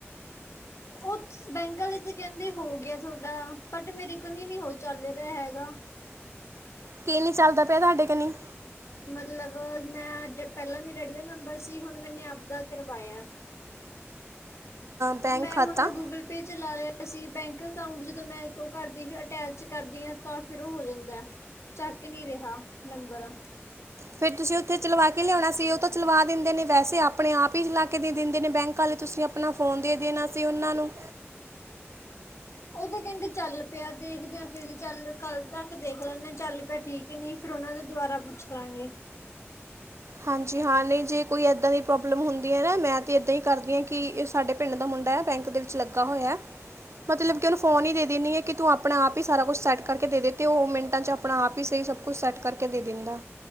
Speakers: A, on the left; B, on the right.
A: ਉਹ ਬੈਂਕ ਆਲੇ ਤੇ ਕਹਿੰਦੇ ਹੋ ਗਿਆ ਤੁਹਾਡਾ ਬਟ ਮੇਰੇ ਕੰਨੀ ਨੀ ਹੋ ਚੱਲ ਰਿਹਾ ਹੈਗਾ।
B: ਕੀ ਨਹੀਂ ਚੱਲਦਾ ਪਿਆ ਤੁਹਾਡੇ ਕਿਨੀ?
A: ਮਤਲਬ ਮੈਂ ਪਹਿਲਾਂ ਮੇਰੀ ਡੈਡੀ ਦਾ ਨੰਬਰ ਸੀ ਹੁਣ ਮੈਨੇ ਆਪਦਾ ਕਰਵਾਇਆ।
B: ਬੈਂਕ
A: ਮੈਂ
B: ਖਾਤਾ
A: ਹੁਣ ਗੂਗਲ ਪੇ ਚਲਾ ਲਿਆ ਸੀ ਅਸੀ ਬੈਂਕ ਅਕਾਊਂਟ ਜਦੋਂ ਮੈਂ ਉਹ ਕਰਦੀ ਅਟੈਚ ਕਰਦੀ ਆ ਤਾਂ ਫਿਰ ਹੋ ਜਾਂਦਾ ਚੱਕ ਨੀ ਰਿਹਾ ਨੰਬਰ।
B: ਫੇਰ ਤੁਸੀਂ ਉੱਥੇ ਚਲਵਾ ਕੇ ਲਿਆਉਣਾ ਸੀ। ਤੇ ਉਹ ਤਾਂ ਚਲਵਾ ਦਿੰਦੇ ਨੇ ਵੈਸੇ ਆਪ ਆਪਣੇ ਆਪ ਹੀ ਚਲਾ ਕੇ ਦੇ ਦਿੰਦੇ ਨੇ ਬੈਂਕ ਆਲੇ ਤੁਸੀਂ ਆਪਣਾ ਫੋਨ ਦੇ ਦੇਣਾ ਸੀ ਉਹਨਾਂ ਨੂੰ।
A: ਉਹ ਤੇ ਕਹਿੰਦੇ ਚੱਲ ਪਿਆ ਦੇਖਦੇ ਆ ਫੇਰ ਚੱਲ ਕੱਲ ਤੱਕ ਦੇਖ ਲੈਂਨੇ ਚੱਲ ਪਿਆ ਠੀਕ ਹੈ ਨਹੀਂ ਫੇਰ ਉਹਨਾਂ ਦੇ ਦੁਬਾਰਾ ਪੁੱਛ ਲਾਂਗੇ।
B: ਹਾਂਜੀ ਹਾਂ ਨਹੀਂ ਜੇ ਕੋਈ ਇੱਦਾਂ ਦੀ ਪ੍ਰੋਬਲਮ ਹੁੰਦੀ ਹੈ ਨਾ ਮੈਂ ਤਾਂ ਇੱਦਾਂ ਹੀ ਕਰਦੀ ਹਾਂ ਕਿ ਇਹ ਸਾਡੇ ਪਿੰਡ ਦਾ ਮੁੰਡਾ ਹੈ ਬੈਂਕ ਦੇ ਵਿੱਚ ਲੱਗਾ ਹੋਇਆ ਮਤਲਬ ਕਿ ਉਹਨੂੰ ਫੋਨ ਹੀ ਦੇ ਦਿੰਨੀ ਆ ਕਿ ਤੂੰ ਆਪਣਾ ਆਪ ਹੀ ਸਾਰਾ ਕੁਛ ਸੈਟ ਕਰਕੇ ਦੇ ਦੇ ਤੇ ਉਹ ਮਿੰਟਾਂ ਚ ਆਪਣਾ ਆਪ ਹੀ ਸਹੀ ਸਭ ਕੁਛ ਸੈਟ ਕਰਕੇ ਦੇ ਦਿੰਦਾ